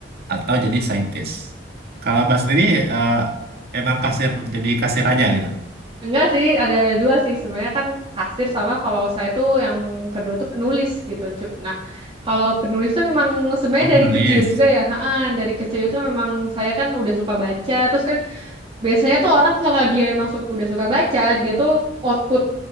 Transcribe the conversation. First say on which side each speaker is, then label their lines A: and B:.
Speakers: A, on the right (about 60°); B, on the right (about 30°).
A: atau jadi saintis. Kalau Mbak sendiri eh, emang kasir jadi kasir aja gitu.
B: Enggak sih, ada dua sih sebenarnya kan kasir sama kalau saya tuh yang kedua tuh penulis gitu. Cu- Nah, kalau penulis tuh memang sebenarnya
A: Oh penulis.
B: dari kecil juga ya. Ha, dari kecil itu memang saya kan udah suka baca. Terus kan Biasanya tuh orang kalau dia masuk udah suka baca, dia tuh output